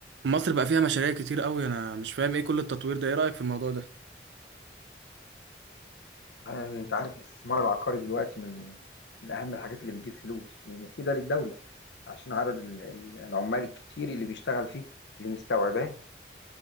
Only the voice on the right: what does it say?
مصر بقى فيها مشاريع كتير قوي انا مش فاهم ايه كل التطوير ده ايه رأيك في الموضوع ده